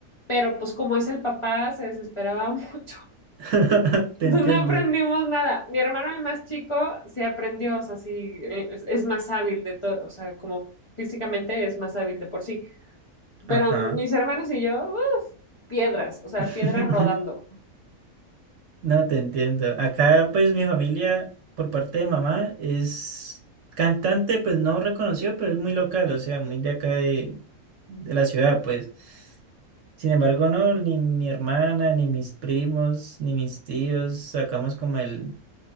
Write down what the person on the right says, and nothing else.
<laughs>
te entiendo.
Ajá.
<laughs>
No te entiendo. Acá, pues, mi familia, por parte de mamá, es cantante, pues no reconocido pero es muy local, o sea, muy de acá de, de la ciudad, pues. Sin embargo, no, ni mi hermana, ni mis primos, ni mis tíos sacamos como el,